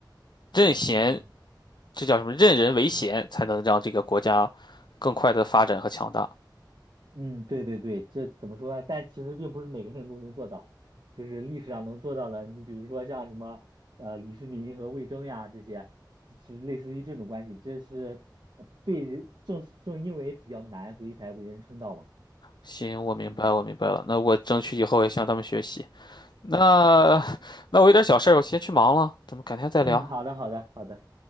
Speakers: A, on the left (about 70°); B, on the right (about 65°).
A: 任贤，
B: 嗯
A: 这叫什么？任人唯贤，才能让这个国家更快的发展和强大。
B: 嗯，对对对，这怎么说呢？但其实并不是每个人都能做到，就是历史上能做到的，你比如说像什么呃李世民和魏征呀这些，就是类似于这种关系，这是呃被人正正因为比较难，所以才为人称道嘛。
A: 行，我明白，
B: 嗯。
A: 我明白了。那我争取以后也向他们学习。那那我有点小事儿，我先去忙了，咱们改天再聊。
B: 嗯，好的好的好的。